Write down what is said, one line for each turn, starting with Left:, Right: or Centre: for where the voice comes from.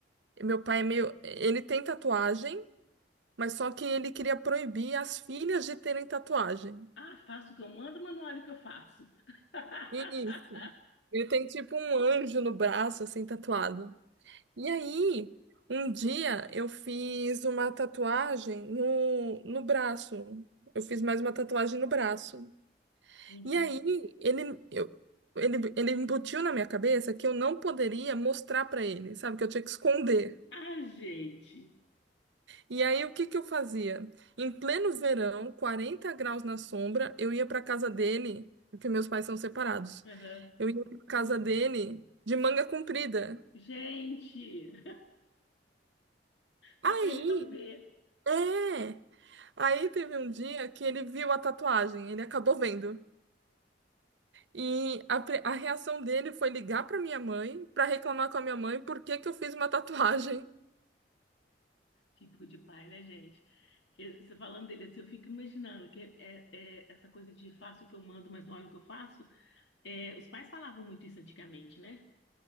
Right: meu pai é meio, ele tem tatuagem. Mas só que ele queria proibir as filhas de terem tatuagem.
Left: Ah, faço o que eu mando, mas não olho o que eu faço. <laughs>
Right: Isso. Ele tem tipo um anjo no braço, assim, tatuado. E aí, um dia eu fiz uma tatuagem no, no braço. Eu fiz mais uma tatuagem no braço.
Left: Uhum.
Right: E aí, ele, eu, ele, ele embutiu na minha cabeça que eu não poderia mostrar pra ele, sabe? Que eu tinha que esconder.
Left: Ah, gente.
Right: E aí, o que que eu fazia? Em pleno verão, 40 graus na sombra, eu ia para casa dele, porque meus pais são separados.
Left: Aham.
Right: Eu ia para casa dele de manga comprida.
Left: Gente, <laughs> só
Right: Aí,
Left: para ele não ver.
Right: é. Aí teve um dia que ele viu a tatuagem, ele acabou vendo. E a, pre- a reação dele foi ligar para minha mãe, para reclamar com a minha mãe por que que eu fiz uma tatuagem.
Left: Típico de pai, né, gente? Eu- Você falando dele assim, eu fico imaginando que é, é- é essa coisa de faço o que eu mando, mas não olho o que eu faço. É, os pais falavam muito isso antigamente, né?